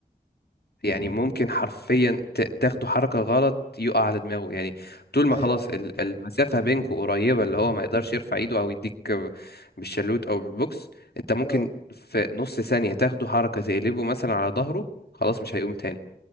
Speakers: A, on the left (about 80°); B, on the left (about 35°).
A: يعني ممكن حرفيا ت- تاخدوا حركة غلط يقع على دماغه يعني طول ما
B: ايوه
A: خلاص
B: ايوه
A: ال- المسافة بينكوا قريبة اللي هو ما يقدرش يرفع ايده او يديك بالشلوت او بالبوكس انت ممكن
B: اه
A: في نص ثانية تاخدوا حركة تقلبه مثلا على ظهره خلاص مش هيقوم تاني